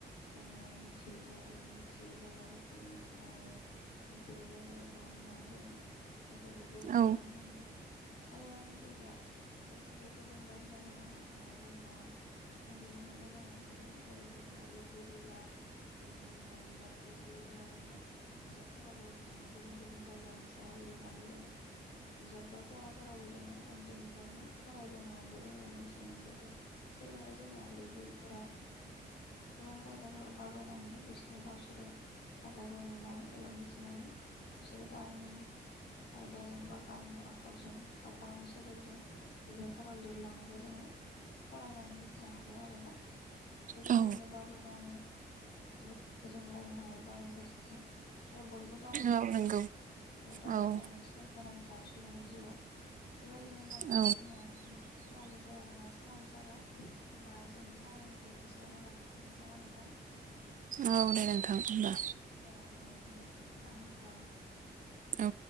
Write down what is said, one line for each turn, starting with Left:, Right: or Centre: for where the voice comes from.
Left: जोङो मिथियै जे मिथियै जायगाफोरखौबो मिथिनो हायो नुफेरि जायगाफोरखौबो नुनो गोसोखौ गोजोनगलाय
Right: औ
Left: होनो हायो आरो जोंनिया गोसोखौ गोजोनलाय होनायल' नङा ओ जोंनिया उन्दैनिफ्रायनो जों मोनबोदों जेरैहाय जोंना लिरगिरि बा बिदिनो जोंना बिजाब लिरगिरि जोंनिया बिजाबफोरावबो बिदिनो गुबुन गुबुन जायगानि सायाव लिरनानै जोङो बिजाब बा फराफोरावबो जोङो उन्दैनिफ्रायनो फ रायबोनो मोनबोदों एबा मिथिनो मोनबोदों जेरैहाय जोंनिया लिरगिरिफोरा गोबां जायगाफोराव दावबायनानै बिसोरो गावसोरो जायगाखौ नुनानै एबा मिथिनानै बिसोरो गावनि आयदाजों बा गावनि आखरजों बा गावनि सोदोबजों बिजाबफोराव लिरलांनायखौ जोङो फरायनानै मिथिनो हादों आरोना। बेबायदिनो
Right: औ औ
Left: दावबायनानै जोबोद गोजोनगलायनो हायो गावनि गोसोखौ आरो बयबो दावबायनांगौ
Right: औ नंगौ
Left: आरो दावबायनाया
Right: औ
Left: मोनसे गोनां थार सुबुंनि जिउआव बेबायदिनो होमबा नोंथां
Right: औ
Left: होनाया समाबो जायाखै नङा समाबो जाबाय हबा जोंनि सावरायनायखौ एसेयावनो लाखिथ'नोसै नामा नोंथां
Right: औ दे नोंथां होमबा
Left: औ औ दे नोंथां अब्लालाय
Right: औ